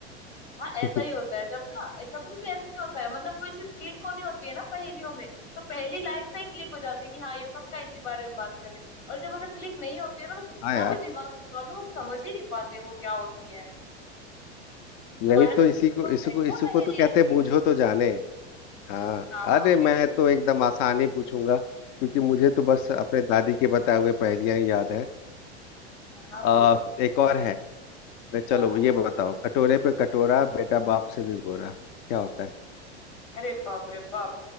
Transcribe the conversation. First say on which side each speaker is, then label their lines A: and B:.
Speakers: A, on the left; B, on the left.
A: हाँ ऐसा
B: <laughs>
A: ही होता है जब ना कभी भी ऐसा ही होता है मतलब कोई चीज क्लिक होनी होती है ना पहेलियों में तो पहली लाइन पे क्लिक हो जाती है कि हाँ ये पक्का इसी बारे में बात कर रहे हैं। और जब अगर क्लिक नहीं होती है ना तो कितना
B: हाँ यार
A: भी दिमाग लगा लो हम समझ ही नहीं पाते वो क्या होती है तुम्हारे
B: यही तो
A: पास
B: इसी
A: कोई
B: को
A: और
B: इसी
A: है
B: को
A: क्या
B: इसी
A: पहेली
B: को तो कहते
A: ऐसी
B: हैं बूझो तो जाने हाँ
A: हाँ हाँ
B: अरे
A: बिल्कुल
B: मैं तो एकदम आसानी पूछूंगा क्योंकि मुझे तो बस अपने दादी के बताए हुए पहेलियां ही याद है
A: हाँ हाँ
B: आ,
A: पूछो
B: एक और है चलो
A: हाँ हाँ
B: ये बताओ कटोरे पे कटोरा बेटा बाप से भिगोरा क्या होता है
A: अरे बाप रे बाप